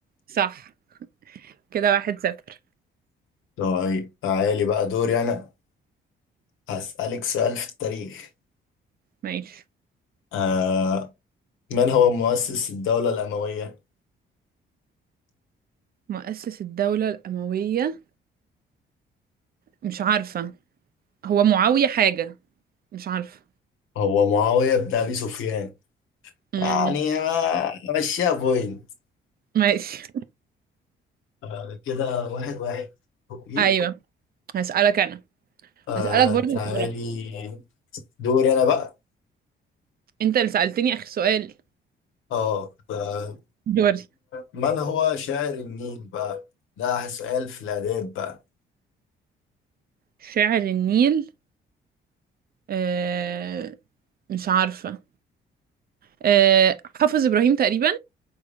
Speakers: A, on the right; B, on the left.
A: صح كده واحد صفر
B: طيب تعالي بقى دوري أنا هسألك سؤال في التاريخ
A: ماشي
B: آه من هو مؤسس الدولة الأموية؟
A: مؤسس الدولة الأموية مش عارفة هو معاوية حاجة مش عارفة
B: هو معاوية بن أبي سفيان
A: امم
B: يعني ما مشيها بوينت
A: ماشي
B: آه كده واحد واحد أوكي
A: ايوه هسألك انا
B: آه
A: هسألك برضو
B: تعالي
A: جغرافيا
B: دوري أنا بقى
A: انت اللي سألتني آخر سؤال
B: اه آه،
A: دوري
B: من هو شاعر النيل بقى؟ ده سؤال في الآداب بقى
A: شاعر النيل آه مش عارفة آه حافظ إبراهيم تقريبا